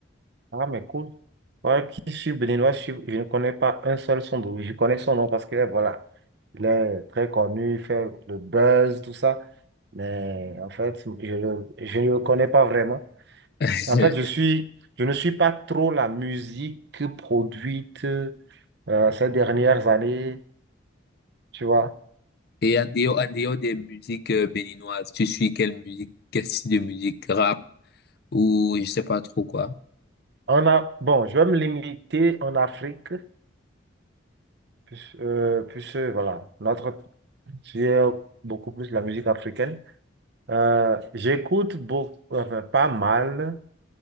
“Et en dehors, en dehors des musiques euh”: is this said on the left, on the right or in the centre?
Left